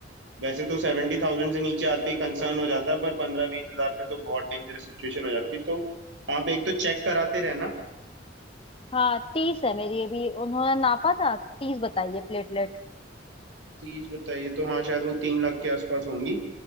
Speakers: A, on the right; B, on the left.
A: वैसे तो सेवेंटी थाउजेंड से नीचे आते ही कंसर्न हो जाता है पर पंद्रह बीस हजार पे तो बहुत डेंजरस सिचुएशन हो जाती है तो आप एक तो चेक कराते रहना
B: हाँ तीस है मेरी अभी उन्होंने नापा था तीस बताइए प्लेटलेट
A: तीस बताइए तो हाँ शायद वो तीन लाख के आसपास होंगी